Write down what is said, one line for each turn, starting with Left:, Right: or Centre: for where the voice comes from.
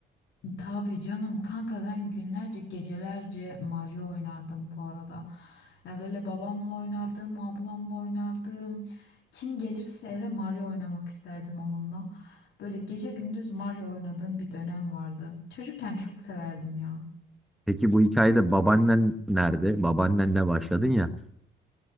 Left: Tabii canım kanka ben günlerce gecelerce Mario oynardım bu arada. Ya böyle babamla oynardım, ablamla oynardım. Kim gelirse eve Mario oynamak isterdim onunla. Böyle gece gündüz Mario oynadığım bir dönem vardı. Çocukken çok severdim ya.
Centre: Peki bu hikayede babaannen nerede? Babaannenle başladın ya.